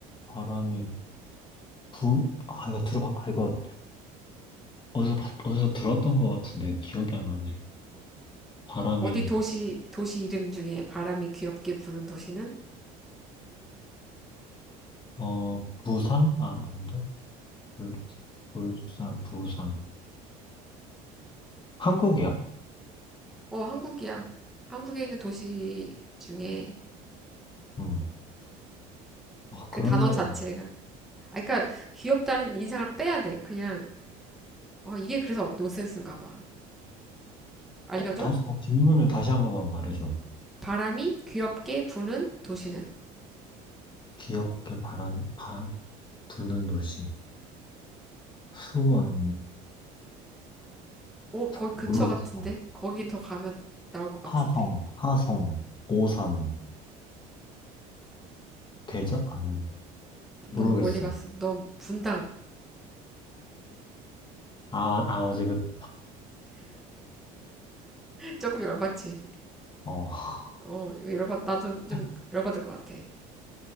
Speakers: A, on the left; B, in the centre.
A: 바람이 부, 아, 이거 들어봐, 아, 이거 어디서, 봤- 어디서 들었던 것 같은데 기억이 안 나네. 바람이,
B: 어디 도시, 도시 이름 중에 바람이 귀엽게 부는 도시는?
A: 어, 부산? 아, 아닌데? 울, 울산, 부산. 한국이야?
B: 어, 한국이야. 한국에 있는 도시 중에
A: 음. 아
B: 그
A: 그런
B: 단어
A: 데가,
B: 자체가. 아, 그러니까 귀엽다는 인상을 빼야 돼. 그냥, 어, 이게 그래서 논센스인가 봐. 알려줘?
A: 다, 다시, 다- 질문을 다시 한 번만 말해줘.
B: 바람이 귀엽게 부는 도시는?
A: 기억에 바람, 바, 부는 도시. 수원.
B: 어, 거기
A: 모르겠어.
B: 근처 같은데? 거기 더 가면 나올 것 같은데?
A: 화성, 하성, 오산, 대전? 아니, 모르겠어.
B: 너무 멀리 갔어. 너무 분당.
A: 아, 마- 아, 맞아. 그,
B: <laughs> 조금 열받지?
A: 어,
B: 어, 열받, 나도 좀
A: <laughs>
B: 열받을 것 같아.